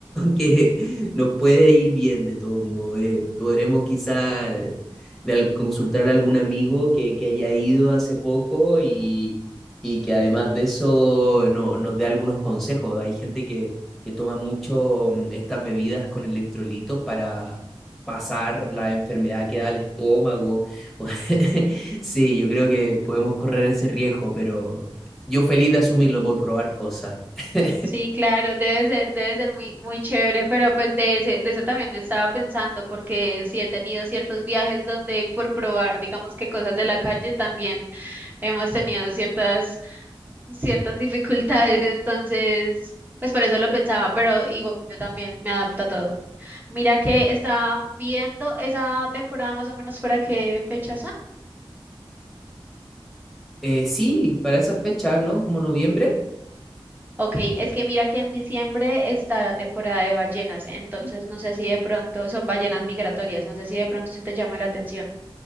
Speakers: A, in the centre; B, on the right (about 20°).
A: que nos puede ir bien de todos modos. eh. Podremos quizá de al- consultar a algún amigo que, que haya ido hace poco y, y que además de eso no, nos dé algunos consejos. Hay gente que que toma mucho mm, estas bebidas con electrolitos para pasar la enfermedad que da al estómago. <laughs> Sí, yo creo que podemos correr ese riesgo, pero yo feliz de asumirlo por probar cosas. <laughs>
B: Sí, claro, debe ser, debe ser muy, muy chévere, pero pues de ese, de eso también estaba pensando, porque sí he tenido ciertos viajes donde por probar, digamos que cosas de la calle también hemos tenido ciertas, ciertas dificultades, entonces, pues por eso lo pensaba, pero igual yo también me adapto a todo. Mira que está viendo esa temporada más o menos para qué fecha son.
A: Eh, sí, para esas fechas ¿no? Como noviembre.
B: Ok, es que mira que en diciembre está la temporada de ballenas, entonces
A: Me
B: no sé si de pronto son ballenas migratorias, no sé si de pronto se te llama la atención.